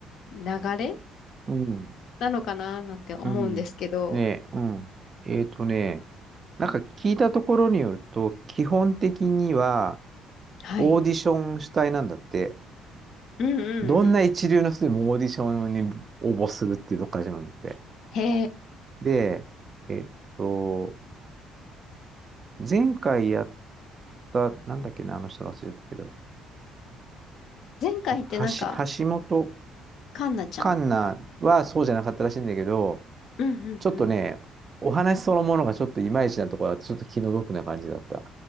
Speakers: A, on the left; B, on the right.
A: 流れ
B: うん、
A: なのかななんて思うんですけど、
B: うんねえ、うん。えっとね、なんか聞いたところによると、基本的には
A: はい。
B: オーディション主体なんだって、
A: うんうんうん。
B: どんな一流の人でもオーディションに応募するっていうとこから始まるんだって。
A: へ
B: で、えっと、前回やった、なんだっけな、あの人忘れたけど、
A: 前回ってなんか、
B: は、橋橋本
A: カンナちゃん。
B: 環奈はそうじゃなかったらしいんだけど、
A: うんうんうん。
B: ちょっとね、お話そのものがちょっといまいちなところは、ちょっと気の毒な感じだった。